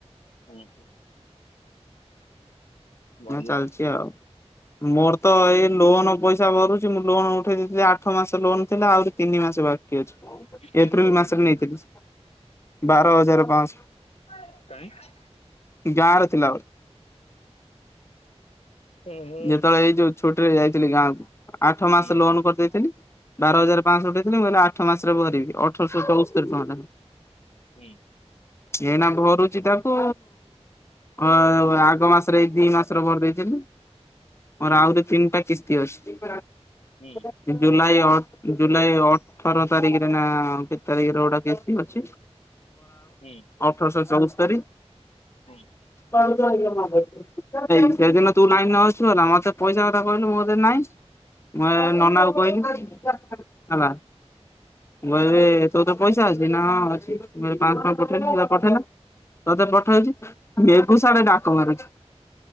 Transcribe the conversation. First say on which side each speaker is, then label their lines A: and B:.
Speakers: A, on the left; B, on the left.
A: <inaudible> ଭଲ
B: ଚାଲ୍ଚି ଆଉ ମୋର ତ ଏଇ ଲୋନ ପଇସା ଭରୁଚି, ମୁଁ ଲୋନ ଉଠେଇ ଦେଇଥିଲି ଆଠ ମାସ୍‌ ଲୋନ ଥିଲା। ଆଉରି ତିନି ମାସେ ବା
A: କେତେ
B: ଏପ୍ରିଲ୍
A: ଉଠେଇ
B: ମା--ରେ
A: ଦେଇଥିଲୁ
B: ନେଇଥିଲି, ବାର ହଜାର୍ ପାଆନ୍ସ।
A: <inaudible>
B: ଗାଁ'ରେ ଥିଲା
A: ଓହୋ
B: ଯେତେ--ଳେ, ଏଯଉ ଛୁ---ରେ ଯାଇଥିଲି ଗାଁ'କୁ। ଆଠ ମାସେ
A: ହୁଁ
B: ଲୋନ୍
A: ହୁଁ
B: କରି ଦେଇଥିଲି। ବାର ହଜାର୍ ପାଆନ୍ସ ଥିଲି। ଆଠ ମାସ୍‌ରେ ରିବି ଅଠର୍ଶ ଚଉସ୍ତୋରି ଟଙ୍କା ଟା।
A: ହୁଁ
B: ଏଇନା ଭରୁଚି ତାକୁ। ଆଗ ମାସ୍‌ ଦି ମାସର ଭରି ଦେଇ,
A: ହୁଁ
B: ମୋର
A: ହୁଁ
B: ଆ--ରି ତିନ୍‌ଟା କିସ୍ତି ଅଛି।
A: <inaudible>
B: <inaudible> ତାରି--ରେ ନା, କେତ୍ ତାରିକ୍ ରେ ଗୋଟେ କିସ୍ତି ଅଛି।
A: ହୁଁ ହୁଁ ହୁଁ ହୁଁ ହୁଁ ହୁଁ
B: ଅଠର୍ଶ ଚଉସ୍ତରି
A: <inaudible>
B: <inaudible> <inaudible> <inaudible> <inaudible> ଡାକ ମାରୁଛି।